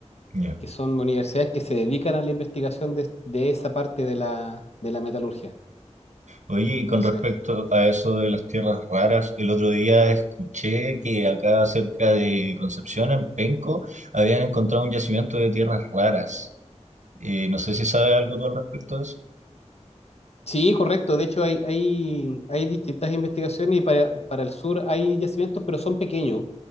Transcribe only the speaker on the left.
que son universidades que se dedican a la investigación de, de esa parte de la, de la metalurgia.
Entonces...
Sí, correcto. De hecho, hay, hay, hay distintas investigaciones y para, para el sur hay yacimientos, pero son pequeños.